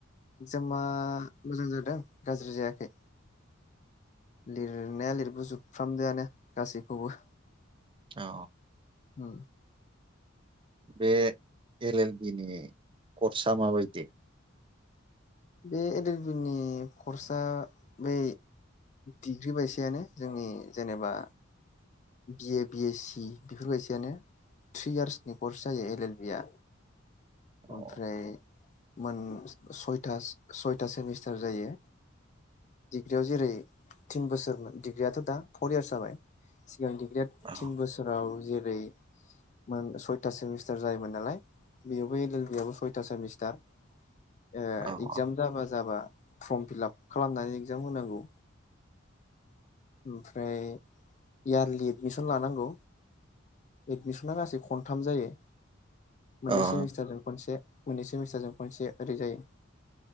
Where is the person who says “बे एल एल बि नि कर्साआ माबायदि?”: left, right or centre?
Right